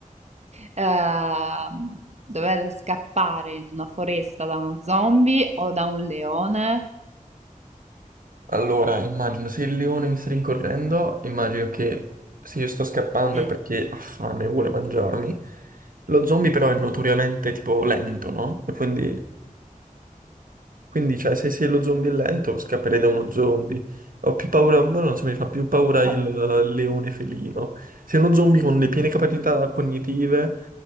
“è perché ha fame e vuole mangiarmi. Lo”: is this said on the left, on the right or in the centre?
Right